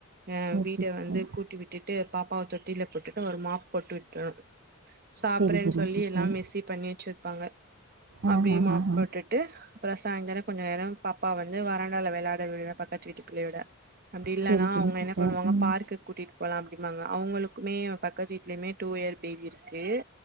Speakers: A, on the right (about 45°); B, on the right (about 60°).
A: அ
B: ஓகே
A: வீட
B: சிஸ்டர்
A: வந்து கூட்டி விட்டுட்டு பாப்பாவ தொட்டியில போட்டுட்டு ஒரு மாப் போட்டு விட்ருவன் சாப்புறன்னு
B: சரி சரிங்க
A: சொல்லி
B: சிஸ்டர்
A: எல்லா மெஸி பண்ணி வெச்சிருப்பாங்க
B: ஆ
A: அப்டி
B: ஆ
A: மாப்
B: ஆ
A: பொட்
B: ஆ
A: விட்டு அப்புறோம் சாய்தரோம் கொஞ்ஜோ நேரம் பாப்பா வந்து வறண்டால விளையாட விடுவேன் பக்கத்து வீட்டு பிள்ளையோட அப்டி இல்லன்னா
B: சரி, சரிங்க
A: அவுங்க
B: சிஸ்டர்.
A: என்ன பண்ணுவாங்க
B: ம்.
A: பார்க்க்கு கூட்டிட்டு போலாம் அப்டிம்பாங்க அவுங்களுக்குமே பக்கத்து வீட்டு லயுமே டூ இயர் பேபி இருக்கு